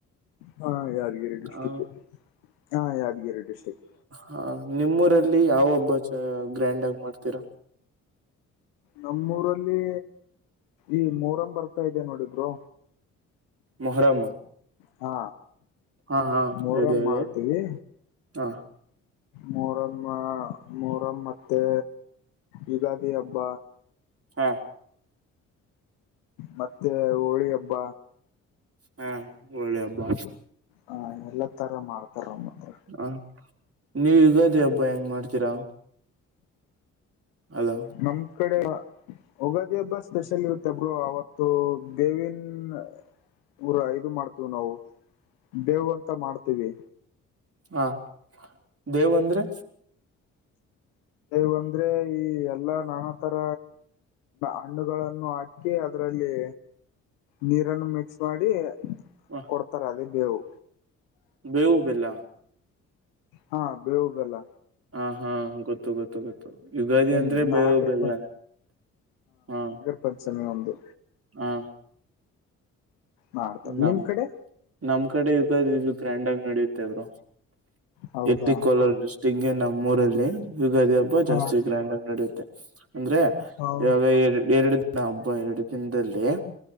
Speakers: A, on the left (about 75°); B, on the right (about 35°).
A: ಹಾ ಯಾದಗಿರಿ ಡಿಸ್ಟಿಕ್
B: ಹ
A: ಹಾ ಯಾದಗಿರಿ ಡಿಸ್ಟ್ರಿಕ್.
B: ಹಾ ನಿಮ್ಮೂರಲ್ಲಿ ಯಾವ ಹಬ್ಬಾ ಚ ಗ್ರ್ಯಾಂಡ್ ಆಗಿ ಮಾಡ್ತೀರಾ.
A: ನಮ್ಮೂರಲ್ಲಿ ಈ ಮೂರಹಂ ಬರ್ತಾ ಇದೆ ನೋಡಿ ಬ್ರೋ.
B: ಮೊಹರಂ.
A: ಹಾ
B: ಹಾ ಹಾ
A: ಮೋರಂ
B: ಹೇಳಿ ಹೇಳಿ
A: ಮಾಡ್ತೀವಿ.
B: ಹಾ
A: ಮೊರಮ್ಮ ಮೊರಂ ಮತ್ತೆ ಯುಗಾದಿ ಹಬ್ಬ.
B: ಹಾ.
A: ಮತ್ತೆ ಹೋಳಿ ಹಬ್ಬ.
B: ಹಾ ಹೋಳಿ ಹಬ್ಬಾ.
A: ಹ ಎಲ್ಲ ತರ ಮಾಡ್ತಾರ ನಮ್ಮ ಹತ್ರ.
B: ಹ ನೀವ ಯುಗಾದಿ ಹಬ್ಬ ಹೆಂಗ್ ಮಾಡ್ತೀರಾ. ಹಲೋ.
A: ನಮ ಕಡೆ ಉಗಾದಿ ಹಬ್ಬ ಸ್ಪೆಷಲ್ ಇರುತ್ತೆ ಅಬ್ರು ಅವತ್ತು ಬೇವಿನ ಊರ ಇದು ಮಾಡ್ತೇವಿ ನಾವು ಬೇವು ಅಂತ ಮಾಡ್ತೀವಿ.
B: ಹಾ ಬೇವ ಅಂದ್ರೆ.
A: ಬಂದ್ರೆ ಈ ಎಲ್ಲಾ ನಾನಾ ತರ ಹಣ್ಣುಗಳನ್ನು ಹಾಕಿ ಹಾಕಿ ಅದ್ರಲ್ಲಿ ನೀರನ್ನು ಮಿಕ್ಸ್ ಮಾಡಿ
B: ಹ
A: ಕೊಡ್ತಾರೆ ಅದೇ ಬೆವು
B: ಬೇವು ಬೆಲ್ಲ
A: ಹಾ ಬೇವು ಬೆಲ್ಲ
B: ಹಾ ಹಾ ಗೊತ್ತ ಗೊತ್ತು ಗೊತ್ತು ಗೊತ್ತು ಯುಗಾದಿ
A: ಹ್ಮ್
B: ಅಂದ್ರೆ ಬೆಳವು
A: ನಾಗರ
B: ಬೆನ ಹಾ
A: ಪ್ರಪ್ಪಚನ ಒಂದು
B: ಹಾ
A: ಮಾಡ್ತಾರೆ
B: ನಮ್
A: ನಿಮ್ ಕಡೆ
B: ನಮ್ ಕಡೆ ಯುಗಾದ ಇದು ಗ್ರ್ಯಾಂಡ್ ಆಗ ನಡಿಯುತ್ತೆಬ್ರು
A: ಹೌದಾ
B: ಇಲ್ಲಿ ಕೋಲಾರ ಡಿಸ್ಟಿಕ್ಗೆ ನಮ್ಮ್ ಊರಲ್ಲಿ ಯುಗಾದಿ ಹಬ್ಬ
A: ಹಾ
B: ಜಾಸ್ತಿ ಗ್ರ್ಯಾಂಡ್ ಆಗಿ ನಡುತ್ತೆ ಅಂದ್ರೆ
A: ಹೌ
B: ಇವಾಗ ಎ ಎರಡು ದಿನ ಹಬ್ಬ ಎರಡು ದಿನದಲ್ಲಿ